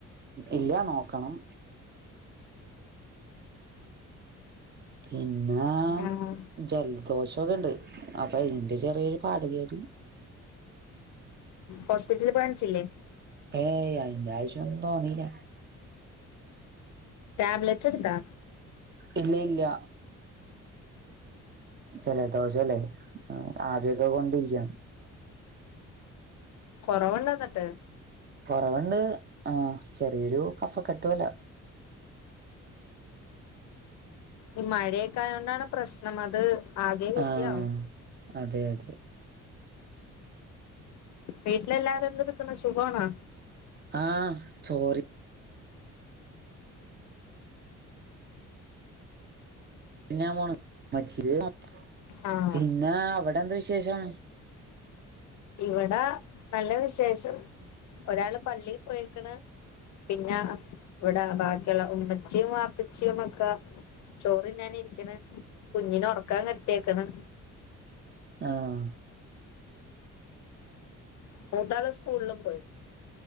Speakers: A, on the right; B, on the left.
A: ഇല്ല നോക്കണം പിന്നെ
B: ആഹ്
A: ജലദോഷംക്കെ ഉണ്ട് അപ്പൊ അതിന്റെ ചെറിയൊരു പാട് കേട്
B: ഹോസ്പിറ്റലില് കാണിച്ചില്ലേ
A: ഏയ് അയിന്റെ ആവ്യം തോന്നീല്ല
B: ടാബ്ലറ്റ് എടുതാ
A: ഇല്ല ഇല്ല ജല ദോഷല്ലേ ആവിയൊക്കെ കൊണ്ടിരിക്കയാണ്
B: കൊറവുണ്ടോ ന്നിട്ട്
A: കൊറവുണ്ട് ആ ചെറിയൊരു കഫ കെട്ട്പോലെ <inaudible>
B: ഈ മഴയൊക്കായതോണ്ടാണ് പ്രശ്നം അത് ആകെ വിഷയവും
A: ആഹ് അതെ അതെ
B: വീട്ടിലെല്ലാരും എന്ത് എടുക്കുന്ന സുഖണോ
A: ആഹ ചോറി <unintelligible>
B: ആഹ്
A: പിന്നെ അവിടെ എന്ത് വിശേഷം
B: ഇവിടാ നല്ല വിശേഷം ഒരാള് പള്ളി പോയിക്ണ് പിന്നെ ഇവിടെ ബാക്കിയുള്ള ഉമ്മച്ചിയും വാപ്പച്ചിയും ഒക്കെ ചോറ് തിന്നാൻ ഇരിക്കണ് കുഞ്ഞിനെ ഉറക്കാൻ കിടത്തിയേക്കണ്
A: ആഹ
B: മൂതാള് സ്കൂളിലും പോയി